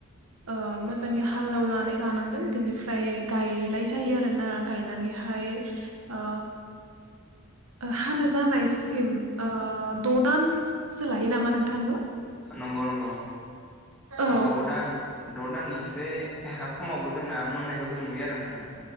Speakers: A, on the right (about 75°); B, in the centre.
A: ओ मोजाङै हा हालैनानै लानांगोन बिनिफ्राय गायनाय जायो आरो ना गायनानैहाय ओ हानो जानायसिम ओ द' दानसो लायो नामा नोंथां नु?
B: नोंगौ नोंगौ
A: औ
B: द' दान द' दाननि एसे खमावबो जोंना मोननायखौ जों नुयो आरो नोंथां।